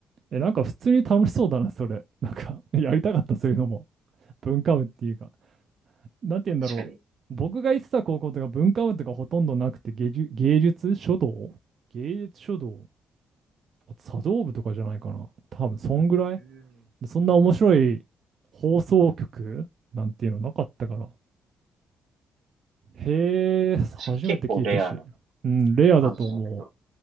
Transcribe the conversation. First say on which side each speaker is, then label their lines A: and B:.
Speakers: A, on the right (about 60°); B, on the right (about 80°).
A: え、なんか普通に楽しそうだな、それ。なんか <laughs> やりたかった、そういうのも。文化部っていうか。なんて言うんだろう。
B: 確かに。
A: 僕が行ってた高校とか文化部とかほとんどなくて、芸術、芸術書道芸術書道あ茶道部とかじゃないかな。多分、そんぐらい。
B: うん。
A: そんな面白い放送局なんていうのなかったから。へえ、初めて聞いたし。
B: 確かに結構レアな
A: うん、レアだと思う。
B: 感じだけど。